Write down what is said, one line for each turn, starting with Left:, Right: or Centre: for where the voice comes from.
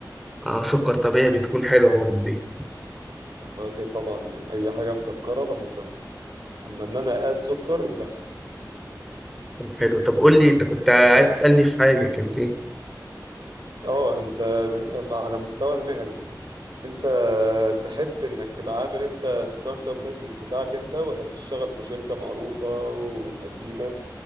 Centre: اه سكر طبيعي بتكون حلوه برضه دي
Right: الفواكه طبعا يعني اي حاجة مسكرة بحبها اما ان انا اقاد سكر لا
Centre: طب حلو طب قول لي انت كنت عايز تسالني في حاجه كانت ايه
Right: اه انت من... على مستوى المهني انت تحب انك تبقى عامل انت ستارت اب بزنس بتاعك انت ولا تشتغل في شركة معروفة وقديمة